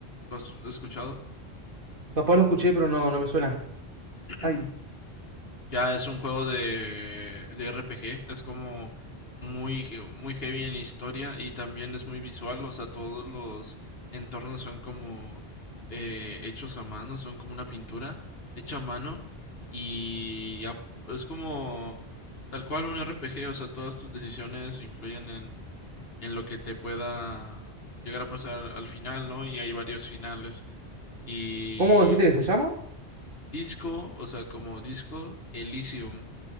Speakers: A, on the left; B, on the right.
A: ¿Lo has escuchado?
B: capaz lo escuché, pero no, no me suena. Ay,
A: Mm. ya es un juego de, de RPG. Es como muy, he- muy heavy en historia y también es muy visual. O sea, todos los entornos son como eh, hechos a mano, son como una pintura hecha a mano y ap- es como tal cual un RPG. O sea, todas tus decisiones influyen en, en lo que te pueda llegar a pasar al final, ¿no? Y hay varios finales. Y
B: ¿cómo dijiste que se llama?
A: Disco, o sea, como Disco Elysium